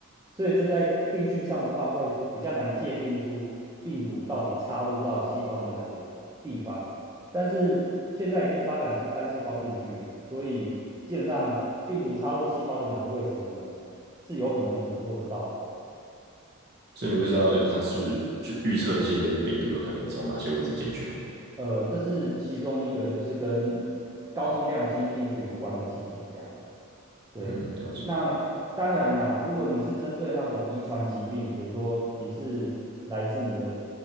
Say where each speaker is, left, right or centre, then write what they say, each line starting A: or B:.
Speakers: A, on the right; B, on the right.
A: 所以这在定序上的话，会比较难界定出病毒到底插入到细胞的哪个地方。但是现在已经发展出单细胞定序了，所以基本上病毒插入细胞的哪个位置，我们是有可能捕捉得到的。
B: 所以你们就是要有点像是去预测这些病毒有可能从哪些位置进去嘛？
A: 呃，这是其中一个，就是跟高通量基因定序有关的技术，这样。对，
B: 嗯，了解。
A: 那当然啦，如果你是针对那种遗传疾病，比如说你是来自你的